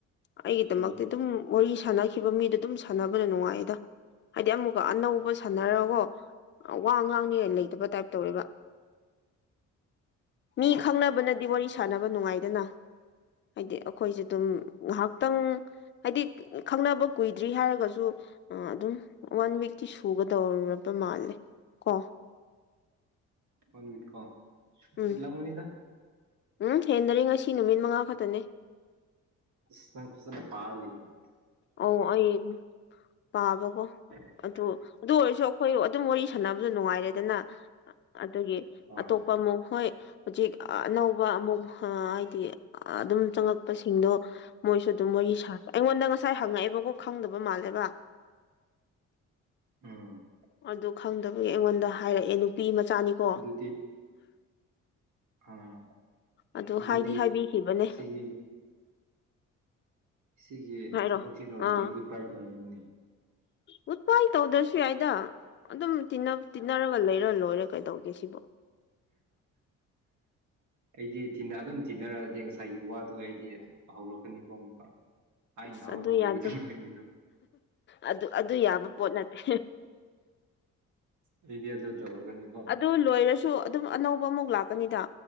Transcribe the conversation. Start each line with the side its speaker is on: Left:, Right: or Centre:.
Left: ꯑꯩꯒꯤꯗꯃꯛꯇ
Right: ꯎꯝ
Left: ꯑꯗꯨꯝ ꯋꯥꯔꯤ ꯁꯥꯟꯅꯈꯤꯕ ꯃꯤꯗꯣ ꯑꯗꯨꯝ ꯁꯥꯟꯅꯕꯅ ꯅꯨꯡꯉꯥꯏꯌꯦꯗ ꯍꯥꯏꯗꯤ ꯑꯃꯨꯛꯀ ꯑꯅꯧꯕ ꯁꯥꯟꯅꯔꯒꯀꯣ ꯋꯥ ꯉꯥꯡꯅꯤ ꯂꯩꯇꯕ ꯇꯥꯏꯞ ꯇꯧꯔꯦꯕ ꯃꯤ ꯈꯪꯅꯕꯅꯗꯤ ꯋꯥꯔꯤ ꯁꯥꯟꯅꯕ ꯅꯨꯡꯉꯥꯏꯗꯅ ꯍꯥꯏꯗꯤ ꯑꯩꯈꯣꯏꯁꯨ ꯑꯗꯨꯝ ꯉꯩꯍꯥꯛ ꯈꯤꯇꯪ ꯍꯥꯏꯗꯤ ꯈꯪꯅꯕ ꯀꯨꯏꯗ꯭ꯔꯤ ꯍꯥꯏꯔꯒꯁꯨ ꯑꯗꯨꯝ ꯋꯥꯟ ꯋꯤꯛꯇꯤ ꯁꯨꯒꯗꯧꯔꯕ ꯃꯥꯜꯂꯦ ꯀꯣ
Right: ꯋꯥꯟ ꯃꯤꯅꯤꯠꯀꯣ
Left: ꯎꯝ
Right: ꯍꯦꯟꯂꯜꯒꯅꯤꯗ
Left: ꯎꯝ ꯍꯦꯟꯗ꯭ꯔꯤ ꯉꯁꯤ ꯅꯨꯃꯤꯠ ꯃꯉꯥ ꯈꯛꯇꯅꯤ
Right: ꯏꯁ ꯅꯪ ꯐꯖꯅ ꯄꯥꯔꯒ ꯂꯩꯅꯦ
Left: ꯑꯣ ꯑꯩ ꯄꯥꯕꯀꯣ
Right: <inaudible>
Left: ꯑꯗꯨ ꯑꯗꯨ ꯑꯣꯏꯔꯁꯨ ꯑꯩꯈꯣꯏ ꯑꯗꯨꯝ ꯋꯥꯔꯤ ꯁꯥꯟꯅꯕꯗ ꯅꯨꯡꯉꯥꯏꯔꯦ ꯔꯦꯗꯅ ꯑꯗꯨꯒꯤ
Right: ꯍꯣꯏ
Left: ꯑꯇꯣꯞꯄ ꯑꯃꯨꯛ ꯍꯣꯏ ꯍꯧꯖꯤꯛ ꯑꯅꯧꯕ ꯑꯃꯨꯛ ꯍꯥꯏꯗꯤ ꯑꯗꯨꯝ ꯆꯪꯉꯛꯄꯁꯤꯡꯗꯣ ꯃꯣꯏꯁꯨ ꯑꯗꯨꯝ ꯃꯣꯏꯒꯤ ꯁꯥꯕ ꯑꯩꯉꯣꯟꯗ ꯉꯁꯥꯏ ꯍꯪꯉꯛꯑꯦꯕꯀꯣ ꯈꯪꯗꯕ ꯃꯥꯜꯂꯦꯕ
Right: ꯎꯝ
Left: ꯑꯗꯨ ꯈꯪꯗꯕꯒꯤ ꯑꯩꯉꯣꯟꯗ ꯍꯥꯏꯔꯛꯑꯦ ꯅꯨꯄꯤ ꯃꯆꯥꯅꯤꯀꯣ
Right: ꯑꯗꯨꯗꯤ ꯑꯥ
Left: ꯑꯗꯨ
Right: ꯑꯗꯨꯗꯤ
Left: ꯍꯥꯏꯗꯤ ꯍꯥꯏꯕꯤꯈꯤꯕꯅꯦ
Right: ꯁꯤꯒꯤ ꯁꯤꯒꯤ
Left: ꯍꯥꯏꯔꯣ
Right: ꯊꯕꯛꯁꯤ ꯂꯣꯏꯔꯗꯤ
Left: ꯑꯥ
Right: ꯒꯨꯠ ꯕꯥꯏ ꯑꯣꯏꯔꯅꯤꯅꯦ
Left: ꯒꯨꯠꯕꯥꯏ ꯇꯧꯗ꯭ꯔꯁꯨ ꯌꯥꯏꯗ ꯑꯗꯨꯝ ꯇꯤꯟꯅ ꯇꯤꯟꯅꯔꯒ ꯂꯩꯔ ꯂꯣꯏꯔ ꯀꯩꯗꯧꯒꯦ ꯁꯤꯕꯣ
Right: <inaudible> ꯑꯩꯗꯤ ꯑꯗꯨꯝ ꯇꯤꯟꯅꯔꯛꯑꯗꯤ ꯉꯁꯥꯏꯒꯤ ꯋꯥꯗꯣ ꯑꯩꯗꯤ ꯍꯧꯔꯛꯀꯅꯤꯀꯣ ꯑꯃꯨꯛꯀ ꯑꯩꯅ
Left: ꯑꯁ
Right: ꯑꯃꯨꯛ
Left: ꯑꯗꯨ
Right: ꯌꯨꯗꯣ
Left: ꯌꯥꯗꯦ
Right: ꯂꯩꯕꯤꯕꯗꯣ
Left: ꯑꯗꯨ ꯑꯗꯨ ꯌꯥꯕ ꯄꯣꯠ ꯅꯠꯇꯦ
Right: ꯍꯧꯖꯤꯛꯇꯤ ꯑꯗꯨ ꯇꯧꯔꯛꯀꯅꯤꯀꯣ
Left: ꯑꯗꯨ ꯂꯣꯏꯔꯁꯨ ꯑꯗꯨꯝ ꯑꯅꯧꯕ ꯑꯃꯨꯛ ꯂꯥꯛꯀꯅꯤꯗ